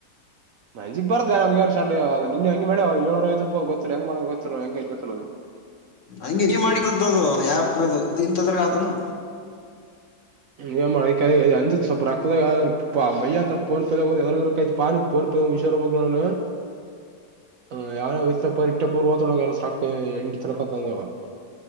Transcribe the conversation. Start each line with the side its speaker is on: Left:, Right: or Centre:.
Right: ಅಂಜಿಕಿ ಬರ್ತಾ ಎನ್ ನಮಗೇನ್ ಸೆಂಟ ಇವಾಗ ನಿನ್ನೆ ಇಂಗೆ ಮಾಡೇ ಏಳು ನೂರಾ ಐವತ್ತು ರೂಪಾಯಿ ಹೋಯಿತು ಗೊತ್ತನು ಎಂಗ್ ಮಾಡಬೇಕು ಗೊತ್ತನು ಎಂಗ್ ಆಯಿತು ಗೊತ್ತನು.
Left: ಅಂಗೇ ಮಾಡುತ್ತ ಅದು ಆಪ್ ಇರೋದು ಇಂಥದ್ರಾಗ ಅದ ಅನು.
Right: ಎನ್ ಅಂಗೇ ಅಂಜಿಕಿ ಸ್ವಲ್ಪ ರೊಕ್ಕದಾಗ ಮೈಯ ಅಂತನ ಫೋನ್ ನ್ಯಾಗ ಪಾನ್ ನ್ಯಾಗ ಫೋನ್. ವಿಷಾ <unintelligible> <unintelligible>
Left: <inaudible>
Right: ಹ ಯಾವಾರ ವಯ್ ಪರೀಕ್ಷೆ ಪೂರ್ವ ಒ ಎಸಕ ಎಂಡ ತನಕ ಅಂತ ಅಂದವ <unintelligible>